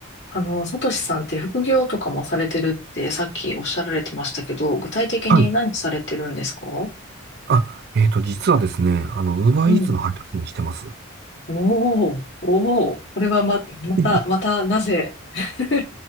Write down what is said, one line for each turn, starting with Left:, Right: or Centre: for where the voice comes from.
Left: あの、サトシさんって副業とかもされてるってさっきおっしゃられてましたけど、具体的に何されてるんですか
Right: はい。あ、えっと、実はですね、あの、ウーバーイーツの配達員してます。
Left: うん。おー、おー、これはま、また、
Right: <laughs>
Left: また、なぜ <laughs>